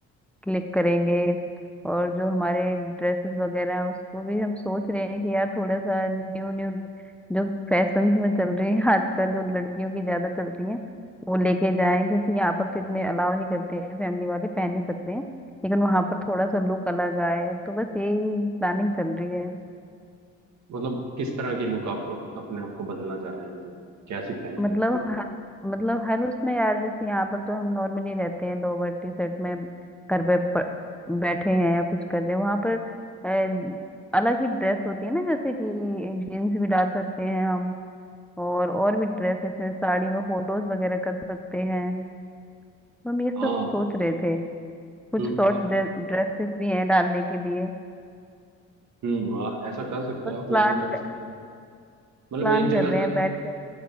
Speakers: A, in the centre; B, on the right.
A: क्लिक करेंगे और जो हमारे ड्रेसेस वगैरह हैं उसको भी हम सोच रहे हैं कि यार थोड़ा सा न्यू न्यू जो फैशन में चल रही है आजकल जो लड़कियों की ज्यादा चलती हैं वो लेके जाएं क्योंकि यहाँ पर तो इतने अलाउ नहीं करते हैं फैमिली वाले पहन नहीं सकते हैं लेकिन वहां पर थोड़ा सा लुक अलग आए तो बस यही प्लानिंग चल रही है
B: मतलब किस तरह की लुक आप अप- अपने आप को बदलना चाह रहे हैं मतलब कैसी प्लानिंग
A: मतलब
B: है उसमें
A: हर मतलब हर उसमें यार जैसे यहाँ पर तो हम नॉर्मली रहते हैं लोअर टी शर्ट में घर पे प- बैठे हैं या कुछ कर रहे हैं वहां पर अ, अलग ही ड्रेस होती है ना जैसे कि जीन्स भी डाल सकते हैं हम और और भी ड्रेसेस हैं साड़ी में फोटोज वगैरह कर सकते हैं तो हम ये सब
B: हाँ
A: सोच रहे थे कुछ
B: हम्म
A: शॉर्ट
B: आ-
A: ड्रेसेस भी हैं डालने के लिए
B: हम्म आ- ऐसा कर सकते
A: बस
B: हो आप प्लान
A: प्लान
B: कर सकते हो मतलब
A: प्लान
B: एक जगह
A: कर रहे
B: से
A: हैं बैठ कर